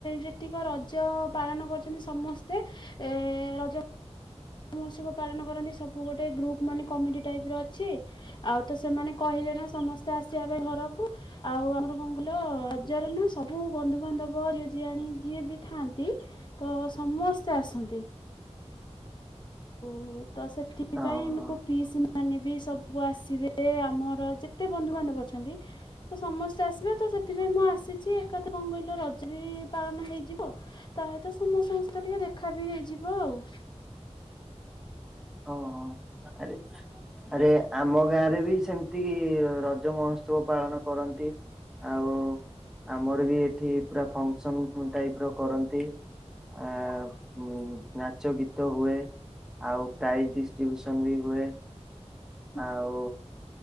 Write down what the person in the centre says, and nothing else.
<inaudible>
ହଁ ହଁ
ଓହୋ ହଁ। ଆରେ ଆରେ ଆମ ଗାଁ ରେ ବି ସେମିତି କି ରଜ ମହୋତ୍ସବ ପାଳନ କରନ୍ତି। ଆଉ ଆମର ବି ଏଠି ପୁରା ଫଙ୍କସନ୍ ଉଁ ଟାଇପ୍ ର କରନ୍ତି। ଆଉ ନାଚ ଗୀତ ହୁଏ ଆଉ ପ୍ରାଇଜ୍ ଡିଷ୍ଟ୍ରିବ୍ୟୁସନ୍ ବି ହୁଏ
ଆଉ